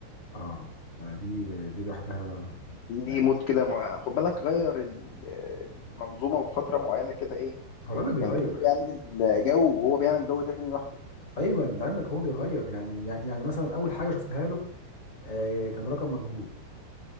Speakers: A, on the left; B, on the left.
A: اه آه، دي دي لوحدها
B: ليه
A: يعني
B: مود كده مع- خد بالك غير ال- آه، المنظومة في فترة معينة كده ايه
A: هو العلم بيغير
B: كان كله بيعمل جو وهو بيعمل جو تاني لوحده
A: ايوه لعلمك هو بيغير يعني يعني يعني مثلا اول حاجه شفتها له آه كان رقم مجهول